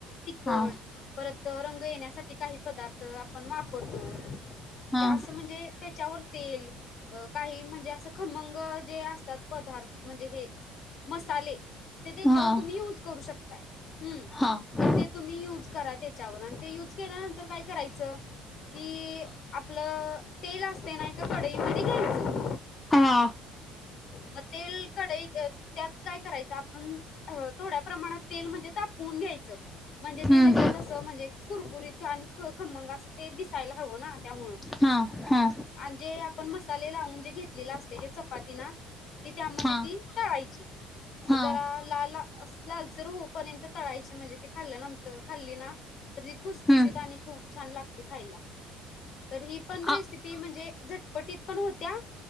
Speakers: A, on the left (about 55°); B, on the left (about 15°).
A: तिखट
B: हा
A: परत तो रंग येण्यासाठी काही पदार्थ आपण वापरतो
B: हा
A: की असं म्हणजे त्याच्यावर तेल अ काही म्हणजे असं खमंग जे असतात पदार्थ म्हणजे हे मसाले ते तेच्यावर
B: हा
A: तुम्ही
B: हा
A: युज करू शक हं
B: हा
A: तर ते तुम्ही युज करा तेच्यावर आणि ते युज केल्यानंतर काय करायचं की आपलं तेल अस ते ना एका कढई मध्ये घ्यायचं.
B: हा
A: म तेल कढईत अ त्यात काय करायचं आपण अ थोड्या प्रमाणात तेल म्हणजे ताप उन घ्यायचं म्हणजे ते
B: हम्म
A: लगेच असं म्हणजे कुरकुरीत आन् ख खमंग असं ते दिसायला हवं ना त्यामुळं
B: हा हा
A: आन जे, आपण मसाले लावून जे घेतलेलं असतयं जे चपातीना ती त्यामध्ये
B: हा
A: ती तळायची. अ
B: हा
A: जरा लाल अस् लालसर हु पर्यंत तळायची, म्हंजे ती खाल्ल्या नंतर खाल्लीना तर ती खुसखुशीत
B: हम्म
A: आणि खूप छान न लागती खायला. तर हीपन रेसिपी
B: आ
A: म्हंनजे झटपटीत पण होत्या